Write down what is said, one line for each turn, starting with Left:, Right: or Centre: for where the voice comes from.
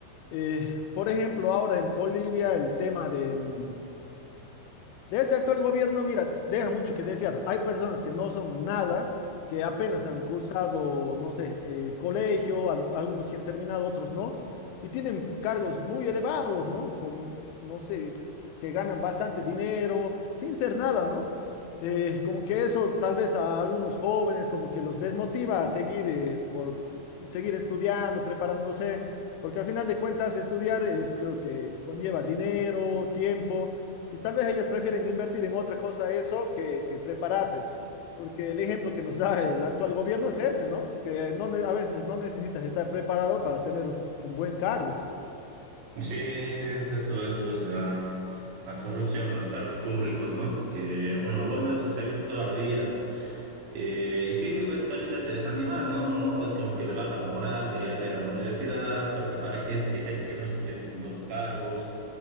Left: Eh, por ejemplo, ahora en Bolivia el tema de, mm, de este actual gobierno, mira, deja mucho que desear. Hay personas que no son nada, que apenas han cursado, no sé, eh, colegio, al- algunos sí han terminado, otros no, y tienen cargos muy elevados, ¿no? Con, no sé, que ganan bastante dinero sin ser nada, ¿no? Eh, como que eso tal vez a algunos jóvenes como que los desmotiva a seguir, eh, por, seguir estudiando, preparándose, porque al final de cuentas estudiar es, creo que conlleva dinero, tiempo. Y tal vez ellos prefieren invertir en otra cosa eso que, que prepararse, porque el ejemplo que nos da el actual gobierno es ese, ¿no? Que no, ne- a veces no necesitas estar preparado para tener un buen cargo.
Right: Sí, sí, eso es pues la, la corrupción en los cargos públicos, ¿no? Que uno, bueno, eso se ha visto toda la vida. Eh, y sí, eso también te hace desanimar, ¿no? Uno es como que le baja la moral de ya no ir a la universidad, porque para qué si gente que no estudia tiene buenos cargos